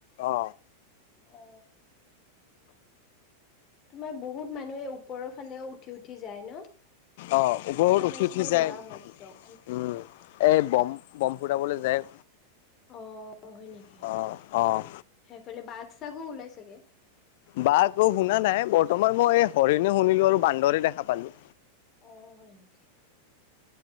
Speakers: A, on the left; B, on the left.
A: অ
B: অ তোমাৰ বহুত মানুহে ওপৰৰ ফালেও উঠি উঠি যায় ন।
A: অ ওপৰত
B: দেখা
A: উঠি
B: পাইছিলো
A: উঠি যায়
B: ল'ৰাহঁতক
A: উম এ বম বম ফুৰাবলৈ যায়।
B: অ হয় নেকি
A: অ', অ'।
B: সেইফালে বাগ চাগো ওলাই চাগে।
A: বা আকৌ শুনা নাই বৰ্তমান মই এই হৰিণে শুনিলো আৰু বান্দৰে দেখা পালোঁ।
B: অ হয় নেকি